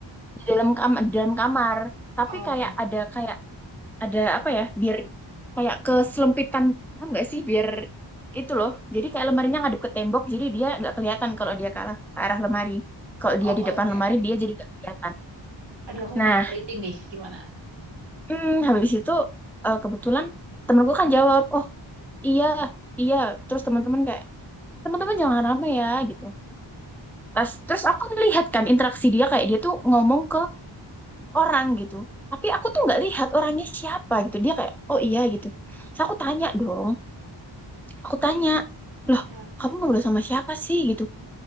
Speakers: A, in the centre; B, on the right.
A: di dalam kamar, di dalam kamar, tapi
B: Oh,
A: kayak
B: oke oke
A: ada kayak ada apa ya, biar kayak keselempitan, paham nggak sih? Biar itu loh. Jadi kayak lemarinya ngadep ke tembok, jadi dia nggak kelihatan kalau dia ke arah, ke arah lemari. Kalau
B: Oh,
A: dia di depan
B: oke
A: lemari, dia jadi nggak kelihatan.
B: Aduh aku
A: Nah,
B: mulai merinding nih gimana
A: hmm, habis itu eh, kebetulan temenku kan jawab, oh iya, iya. Terus teman-teman kayak, teman-teman jangan rame ya gitu. Terus, terus aku melihat kan interaksi dia kayak dia tuh ngomong ke orang gitu tapi aku tuh nggak lihat orangnya siapa gitu dia kayak oh iya gitu Terus aku tanya dong aku tanya loh
B: ya
A: kamu ngobrol sama siapa sih gitu